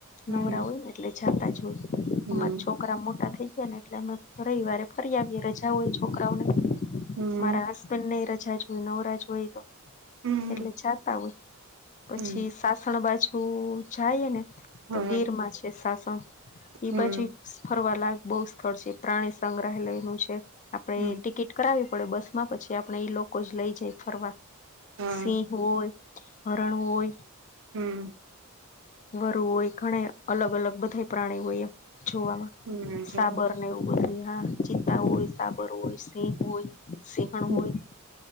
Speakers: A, on the right; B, on the left.
A: હમ
B: નવરા હોય ને એટલે જાતા જ હોય
A: હમ
B: અમારા છોકરા મોટા થઈ ગયાને. એટલે અમે રવિવારે ફરીઆવીએ રજા હોય છોકરાઓને
A: હમ
B: મારા હસ બન્ડને રજા જ હોય નવરાજ હોય એતો
A: હમ
B: એટલે જાતા હોય. પછી
A: હમ
B: સાસણ બાજુ જાયને
A: હા
B: તો ગીરમાં છે સાસણ. ઈ
A: હમ
B: બાજુ ફરવા લાયક બહુ સ્થળ છે પ્રાણી સંગ્રહાલયનું છે, આપડે
A: હમ
B: ટિકિટ કરાવવી પડે બસ માં પછી આપણેે ઈ લોકો જ લઈ જાય ફરવા
A: હા
B: સિંહ હોય. હરણ હોય,
A: હમ
B: વરુ હોય ઘણે અલગ- અલગ બધા પ્રાણી હોય એમ જોવામાં.
A: હમ જો
B: સાબર ને એવું બધું હા ચિત્તા હોય, સાબર હોય સિંહ હોય, સિંહણ
A: હમ
B: હોય,